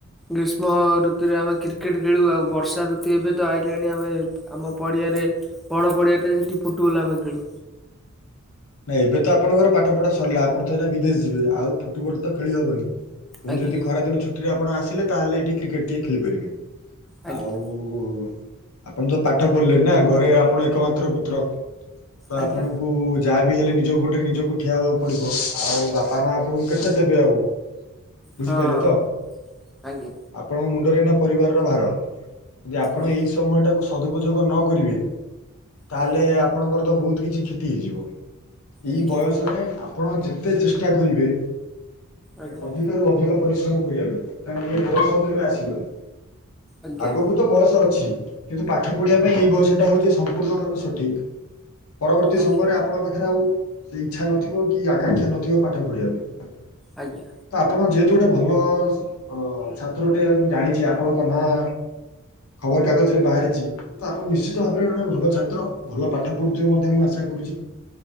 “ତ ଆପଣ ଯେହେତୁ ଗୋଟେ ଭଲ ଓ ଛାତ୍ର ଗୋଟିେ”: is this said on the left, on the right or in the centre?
Left